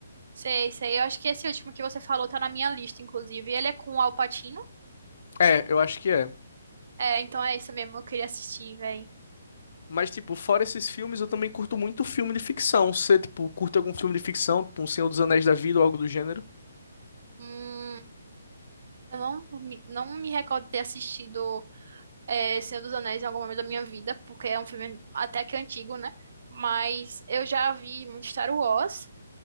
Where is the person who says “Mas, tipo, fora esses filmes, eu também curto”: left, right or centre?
Left